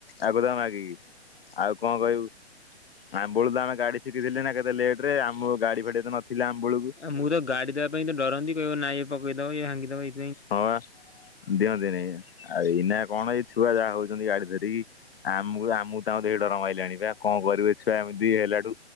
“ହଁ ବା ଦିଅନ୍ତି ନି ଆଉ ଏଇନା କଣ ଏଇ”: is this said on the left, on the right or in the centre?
Left